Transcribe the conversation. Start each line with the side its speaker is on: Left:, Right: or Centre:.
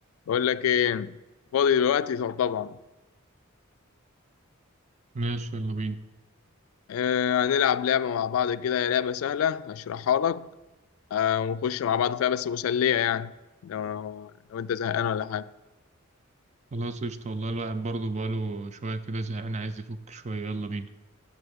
Left: بقول لك ايه فاضي دلوقتي طبعا
Right: ماشي يلا بينا
Left: آه هنلعب لعبة مع بعض كده هي لعبة سهلة هشرحها لك آه ونخش مع بعض فيها بس مسلية يعني لو لو انت زهقان ولا حاجة
Right: خلاص قشطة والله الواحد برضه بقاله شوية كده زهقان عايز يفك شوية يلا بينا